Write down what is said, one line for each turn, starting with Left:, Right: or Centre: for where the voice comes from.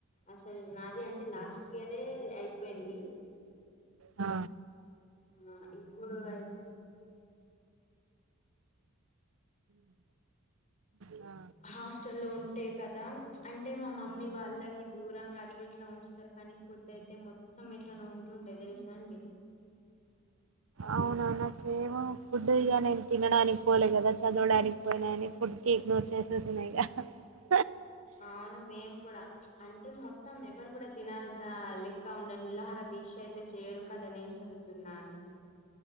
Left: అసలు నాది అంటే లాస్ట్ ఇయరే అయిపోయింది
Right: ఆ
Left: ఆ ఇప్పుడు అయి
Right: ఆ
Left: హాస్టల్ల్లో ఉంటే కదా అంటే మా మమ్మీ వాళ్ళకి దూరంగా ఇట్లా ఇట్లా ఉంచుతారు కానీ ఫుడ్ అయితే మొత్తం ఎట్లానే ఉంటుండే తెలుసా అండి
Right: అవునా నా కేమో ఫుడ్ ఇగా నేను తినడానికి పోలే కదా చదవడానికి పోయినా అని ఫుడ్ కేక్ నోర్ చేససన్నా <unintelligible>
Left: అవును మేం కూడా అంటే మొత్తం ఎవరు కూడా తినద లెక్క ఉండ నిలహార దీక్ష అయితే చేయరు కదా నేను చదువుతున్నా అని